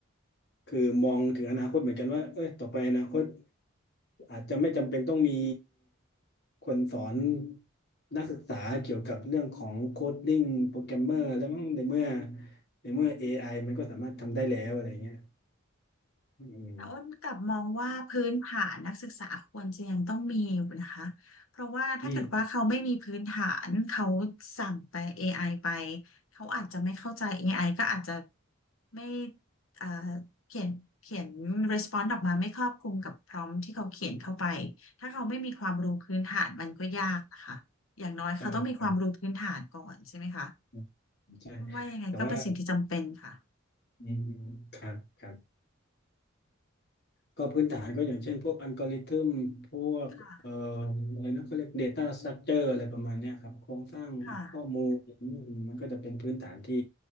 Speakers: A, on the left; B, on the left.
A: คือมองถึงอนาคตเหมือนกันว่าเอ้ยต่อไปอนาคตอาจจะไม่จำเป็นต้องมีคนสอนนักศึกษาเกี่ยวกับเรื่องของโคดดิ้งโปรแกรมเมอร์แล้วมั้งในเมื่อในเมื่อ AI มันก็สามารถทำได้แล้วอะไรเงี้ยอืม
B: แต่อ้นกลับมองว่าพื้นฐานนักศึกษาควรจะยังต้องมีอยู่นะคะเพราะว่าถ้าเกิดว่าเขาไม่มีพื้นฐานเขา
A: อืม
B: สั่งไป AI ไอไปเขาอาจจะไม่เข้าใจเอไอก็อาจจะไม่เอ่อเขียนเขียน response ออกมาไม่ครอบคลุมกับ prompt ที่เขาเขียนเข้าไปถ้าเขาไม่มีความรู้พื้นฐานมันก็ยากนะคะอย่างน้อยเขาต้องมีความรู้พื้นฐานก่อนใช่ไหมคะ
A: ใช่ครับอืมใช่
B: ว่ายังไงก็เป็นสิ่งที่จำเป็นค่ะ
A: แต่ว่าอืมครับครับ ก็พื้นฐานก็อย่างเช่นพวกอัลกอริทึมพวกเอ่อ
B: ค่ะ
A: อะไรนะเขาเรียก Data Structure อะไรประมาณเนี้ยครับโครงสร้างข้อมูลอืมมันก็จะเป็นพื้นฐานที่
B: ค่ะ